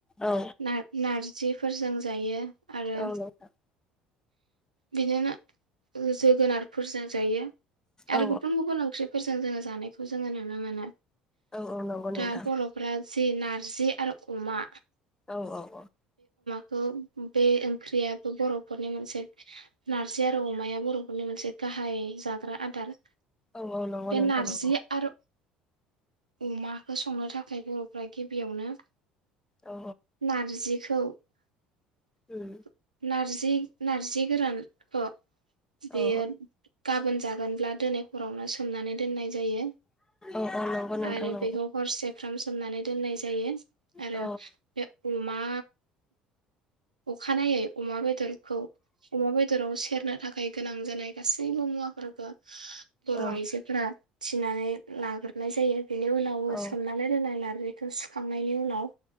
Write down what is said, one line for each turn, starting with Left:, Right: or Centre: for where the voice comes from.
Left: औ
Right: नार नारजि फोरजों जायो आरो
Left: औ नोथां
Right: बिदिनो जोगोनारफोरजों जायो आरो
Left: औ
Right: गुबुन गुबुन ओंख्रिफ फोरजों जोङो जानायखौ जोङो नुनो मोनो।
Left: औ औ नंगौ नोंथां
Right: दा बर'फ्रा जि नार जे आरो अमा
Left: औ औ औ
Right: खौ बे ओंख्रिया बर'फोरनि मोनसे नारजि आरो अमाया बर'फोरनि मोनसे गाहाय जाग्रा आदार
Left: औ औ नंगौ
Right: बे
Left: नोंथां
Right: नारजि
Left: नंगौ
Right: आरो अमाखौ संनो थाखाय जों गिबियावनो
Left: औ
Right: नारजि <unintelligible>
Left: उम
Right: नारजि नारजि गोरानख बेयोद
Left: औ
Right: गाबोन जागोनब्ला दोनै हरावनो सो सोमनानै दोननाय जायो
Left: औ औ नंगौ नोंथां
Right: आरो
Left: नंगौ
Right: बेखौ हरसेफ्राम सोमनानै दोननाय जायो आरो
Left: औ
Right: बे अमा अखानायनायै अमाबेद बेदखौ अमा बेदराव सेरनो थाखाय गोनां जानाय गासैबो मुवाफोरखौ बर'
Left: औ
Right: आइजोफोरा थिनानै लाग्रोनाय जायो बेनि उनावबो
Left: औ
Right: सोमनानै दोननाय नार्जिखौ सुखांनायनि उनाव